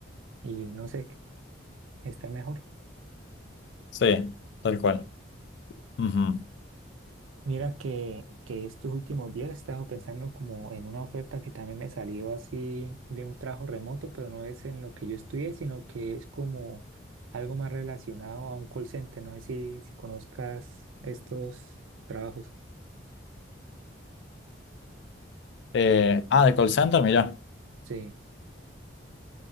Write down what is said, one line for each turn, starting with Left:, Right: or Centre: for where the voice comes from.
Right: y no sé, estar mejor.
Left: sí, tal cual. Ujú.
Right: Mira que, que estos últimos días he estado pensando como en una oferta que también me salió así de un trabajo remoto, pero no es en lo que yo estudié, sino que es como algo más relacionado a un call center. No sé si, si conozcas estos trabajos.
Left: Eh, ah, de call center, mirá.
Right: Sí,